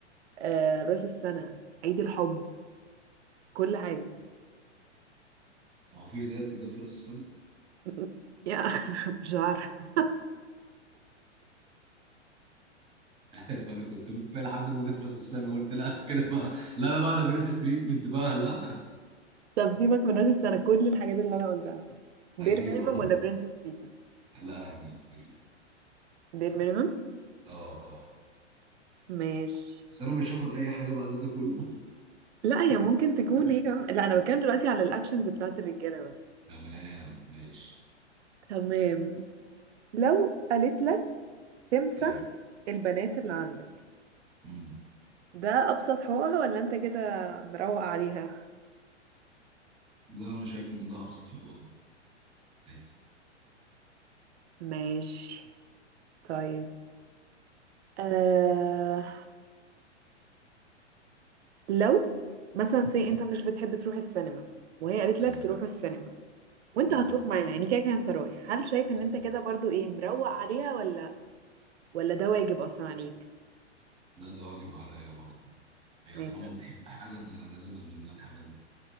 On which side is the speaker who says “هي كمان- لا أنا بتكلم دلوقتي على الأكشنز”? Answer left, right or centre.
Right